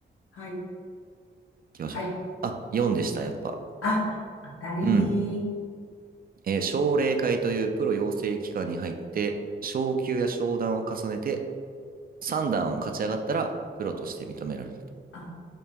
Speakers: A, on the left (about 80°); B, on the right (about 45°).
A: はい。
B: きましょう。
A: はい。
B: あ、4でした、やっぱ。
A: あ、当たり、
B: うん。えー奨励会というプロ養成機関に入って、昇級や昇段を重ねて、3段を勝ち上がったら、プロとして認められると。そ
A: あ、